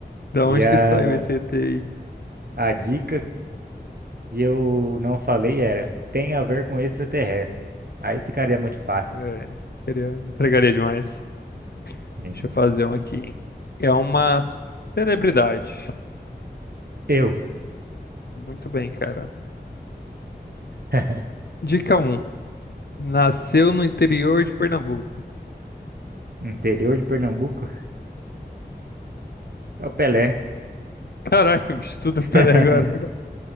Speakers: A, on the left; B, on the right.
A: da onde
B: E a,
A: que saiu esse E T? aí?
B: a dica que eu não falei era: tem a ver com extraterrestres. Aí ficaria muito fácil.
A: É, queria, entregaria demais.
B: Sim.
A: Deixa eu fazer um aqui. É uma celebridade.
B: Eu.
A: Muito bem, cara.
B: <laughs>
A: Dica um. Nasceu no interior de Pernambuco.
B: Interior de Pernambuco? É o Pelé.
A: Caraca, bicho, tudo
B: <laughs>
A: pera aí agora.